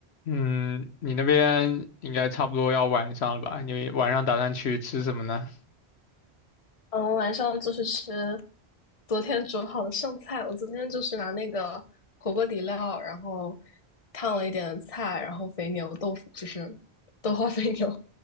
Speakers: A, on the left; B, on the left.
A: 嗯，你那边应该差不多要晚上了吧？你晚上打算去吃什么呢？
B: 嗯，我晚上就是吃昨天煮好的剩菜。我昨天就是拿那个火锅底料，然后烫了一点菜，然后肥牛豆腐，就是 <laughs> 豆花肥牛。